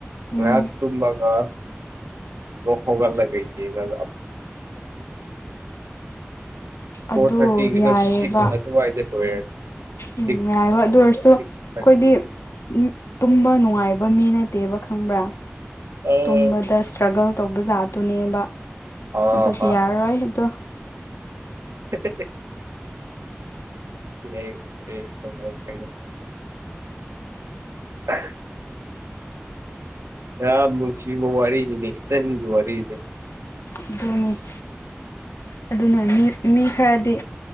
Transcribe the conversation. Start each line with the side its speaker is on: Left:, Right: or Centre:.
Left: ꯎꯝ
Right: ꯃ ꯇꯨꯝꯝꯕ ꯀ ꯍꯒ ꯂꯒꯩ ꯇ ꯐꯣꯔ
Left: ꯑꯗꯨ
Right: ꯊꯥꯔꯇꯤꯒꯤꯗꯣ
Left: ꯌꯥꯏꯑꯕ
Right: ꯁꯤꯛꯁ ꯑꯗꯨꯋꯥꯏꯗ ꯂꯣꯏꯔꯅꯤ
Left: ꯎꯝ
Right: ꯁꯤꯛꯁ
Left: ꯌꯥꯏꯕꯣ ꯑꯗꯨ ꯑꯣꯏꯔꯁꯨ ꯑꯩꯈꯣꯏꯗꯤ
Right: ꯁꯤꯛꯁ ꯊꯥꯔꯇꯤ
Left: ꯇꯨꯝꯕ ꯅꯨꯡꯉꯥꯏꯕ ꯃꯤ ꯅꯠꯇꯦꯕ ꯈꯪꯕ꯭ꯔꯥ
Right: ꯑꯥ
Left: ꯇꯨꯝꯕꯗ ꯏꯁꯇ꯭ꯔꯒꯜ ꯇꯧꯕ ꯖꯥꯗꯨꯅꯦꯕ
Right: ꯑꯥ
Left: ꯑꯗꯨꯒꯤ
Right: ꯑꯥ
Left: ꯌꯥꯔꯔꯣꯏ ꯑꯗꯣ
Right: <inaudible>
Left: <inaudible>
Right: ꯂꯩ ꯀꯣ <inaudible> ꯍ ꯃꯟꯁꯤꯃ ꯋꯥꯔꯤꯅꯤ ꯂꯩ ꯏꯇꯟꯒꯤ ꯋꯥꯔꯤꯁꯦ
Left: ꯅꯤ ꯑꯗꯨꯅ ꯃꯤ ꯃꯤ ꯈꯔꯗꯤ